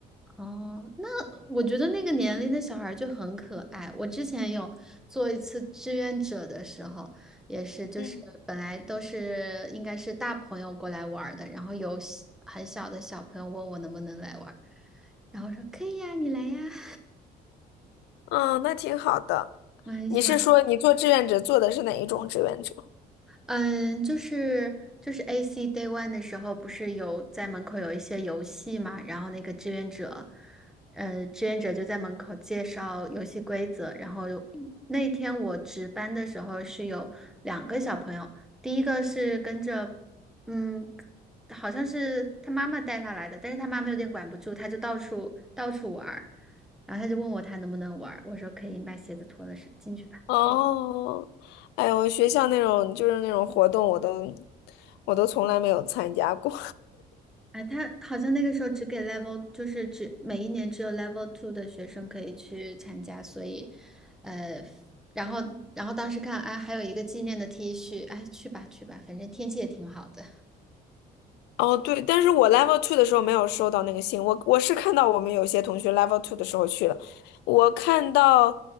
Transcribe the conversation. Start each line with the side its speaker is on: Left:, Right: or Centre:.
Centre: 哦，那我觉得那个年龄的小孩儿就很可爱。我之前有做一次志愿者的时候，也是就是本来都是应该是大朋友过来玩儿的，
Left: 嗯。
Centre: 然后有小很小的小朋友问我能不能来玩儿然后说可以呀，你来呀。<laughs>
Left: 嗯，那挺好的。
Centre: 我很喜欢
Left: 你是说你做志愿者做的是哪一种志愿者？
Centre: 嗯，就是就是 AC Day One 的时候，不是有在门口有一些游戏嘛，然后那个志愿者，呃，志愿者就在门口介绍游戏规则，然后有那天我值班的时候是有两个小朋友，第一个是跟着，嗯，好像是他妈妈带他来的，但是他妈妈有点管不住，他就到处到处玩儿，然后他就问我他能不能玩儿，我说可以，你把鞋子脱了是进去吧。
Left: 哦，哎呦，学校那种就是那种活动，我都我都从来没有参加过。
Centre: 哎，他好像那个时候只给 level，就是只每一年只有 level two 的学生可以去参加，所以，呃，然后然后当时看，哎，还有一个纪念的 T 恤，哎，去吧去吧，反正天气也挺好的
Left: <laughs> 哦，对，但是我 level two 的时候没有收到那个信，我我是看到我们有些同学 level two 的时候去了，我看到，